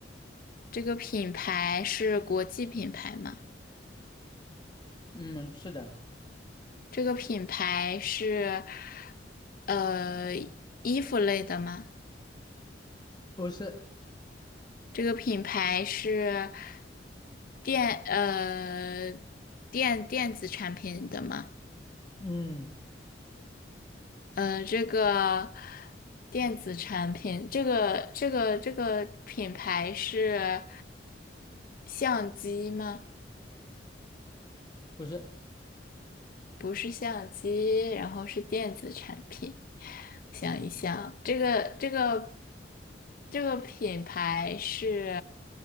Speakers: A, on the left; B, on the left.
A: 这个品牌是国际品牌吗？
B: 嗯，是的，
A: 这个品牌是呃衣服类的吗？
B: 不是，
A: 这个品牌是电呃电电子产品的吗？
B: 嗯，
A: 呃，这个电子产品，这个这个这个品牌是相机吗？
B: 不是，
A: 不是相机，然后是电子产品。想一想，这个这个这个品牌是，